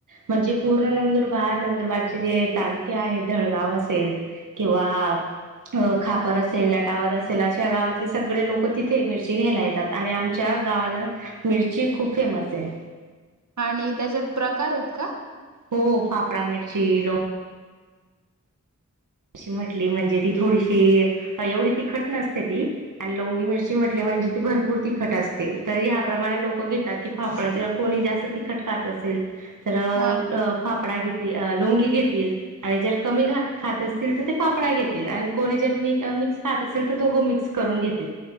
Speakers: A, on the right (about 85°); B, on the right (about 65°).
A: म्हणजे पूर्ण नंदुरबार नंदुरबारचे जे तालुके आहेत धळगाव असेल किंवा अ खापर असेल नाटावत असेल असे या गावातले सगळे लोक तिथे मिरची घ्यायला येतात आणि आमच्या गावाला मिरची खूप फेमस हे.
B: आणि त्याचेत प्रकार आहेत का?
A: हो फाफडा मिरची लो म्हटली म्हणजे ती थोडीशी एवढी तीखटण नसते ती आणि लोंगी मिरची म्हटली म्हणजे ती भरपूर तिखट असते. तरी अपू प्रमाणे लोक घेतात की फाफड जर कोणी जास्त तिखट खात असेल तर
B: हा
A: फा फडा घेती लौंगी घेतील आणि जर कमी घात खात अस तील तर ते पापडा घेतील आणि कोणी जर मी मिक्स खात असतील तर दोघं मिक्स करून घेतील.